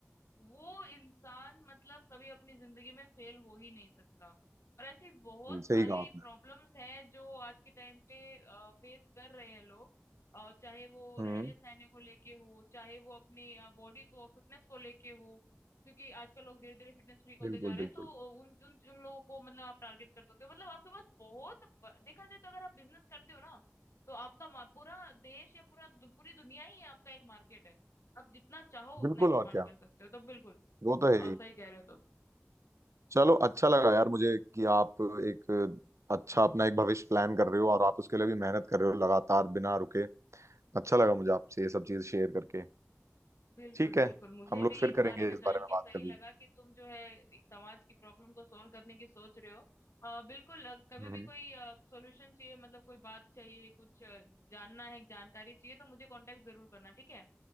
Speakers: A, on the left; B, on the right.
A: वो इंसान मतलब कभी अपनी जिंदगी में फेल हो ही नहीं सकता और ऐसी बहुत
B: हम्म, सही
A: सारी
B: कहा आपने
A: प्रॉब्लम्स हैं जो आज के टाइम पे फेस कर रहे हैं लोग अ, चाहे वो
B: हम्म
A: रहने सहने को लेके हो चाहे वो अपनी बॉडी को फिटनेस को लेके हो क्योंकि आजकल लोग धीरे धीरे फिटनेस फ्रीक होते
B: बिल्कुल
A: जा रहे
B: बिल्कुल
A: हैं तो उन उन उन लोगों को मतलब आप टारगेट कर सकते हो मतलब आपके पास बहुत ब- देखा जाए तो अगर आप बिजनेस करते हो ना तो आपका मा- पूरा देश या पूरा दु- पूरी दुनिया ही आपका एक मार्केट है आप जितना चाहो उतना
B: बिल्कुल
A: एक्सपांड
B: और क्या
A: कर सकते हो तो बिल्कुल
B: वो तो है
A: और
B: ही
A: सही कह रहे हो तो
B: चलो अच्छा लगा यार मुझे कि आप एक अच्छा अपना एक भविष्य प्लान कर रहे हो और आप उसके लिए भी मेहनत कर रहे हो लगातार बिना रुके अच्छा लगा मुझे आपसे ये सब चीज़ शेयर करके
A: बिल्कुल
B: ठीक
A: बिल्कुल
B: है
A: मुझे
B: हम लोग
A: भी
B: फिर
A: इस
B: करेंगे
A: बारे में
B: इस
A: जान
B: बारे में
A: के
B: बात
A: सही
B: कभी
A: लगा कि तुम जो है एक समाज की प्रॉब्लम को सॉल्व करने की सोच रहे हो आ, बिल्कुल अ, कभी
B: हम्म
A: भी कोई सॉल्यूशन चाहिए मतलब कोई बात चाहिए कुछ अ, जानना है जानकारी चाहिए तो मुझे कांटेक्ट जरूर करना ठीक है